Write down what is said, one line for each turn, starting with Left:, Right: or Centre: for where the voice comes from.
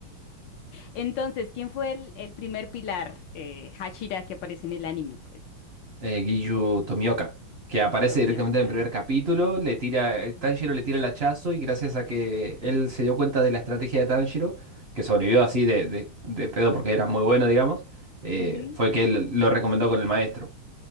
Left: Entonces, ¿quién fue el, el primer pilar? Eh, Hashira que aparece en el anime, pues.
Right: eh, Giyu Tomioka, que aparece
Left: Tomioka.
Right: directamente en el primer capítulo, le tira,
Left: Ujú.
Right: eh, Tanjiro le tira el hachazo y gracias a que él se dio cuenta de la estrategia de Tanjiro, que sobrevivió así de, de- de pedo porque era muy bueno, digamos, eh,
Left: Ujú.
Right: fue que él lo recomendó con el maestro.